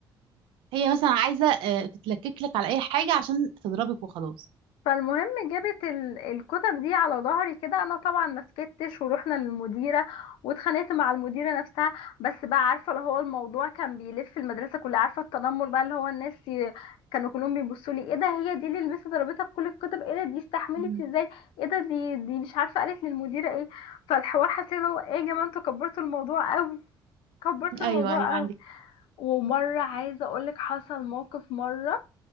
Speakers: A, on the right (about 80°); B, on the left (about 80°).
A: هي مثلا عايزه آه، تتلكك لك على اي حاجه عشان تضربك وخلاص
B: فالمهم جابت ال- الكتب دي على ظهري كده انا طبعا ما سكتش ورحنا للمديره واتخانقت مع المديره نفسها بس بقى عارفه اللي هو الموضوع كان بيلف المدرسه كلها عارفه التنمر بقى اللي هو الناس ي- كانوا كلهم بيبصوا لي ايه ده هي دي اللي المس ضربتها بكل الكتب ايه ده دي استحملت
A: مم.
B: ازاي ايه ده دي دي مش عارفه قالت للمديره ايه فالحوار حسيت اللي هو ايه يا جماعه انتوا كبرتوا الموضوع قوي كبرتوا
A: ايوه
B: الموضوع
A: ايوه عندك
B: قوي ومره عايزه اقولك حصل موقف مره